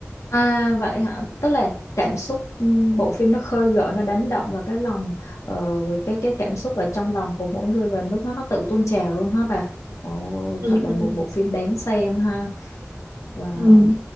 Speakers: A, on the left (about 85°); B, on the right (about 70°).
A: À vậy hả? Tức là cảm xúc ừm, bộ phim nó khơi gợi nó đánh động vào cái lòng ờ, cái cái cảm xúc ở trong lòng của mỗi người và nước mắt nó tự tuôn trào luôn hả bà? Ồ,
B: ừ,
A: thật là
B: ừ,
A: một bộ phim đáng xem ha. Wow.
B: ừ.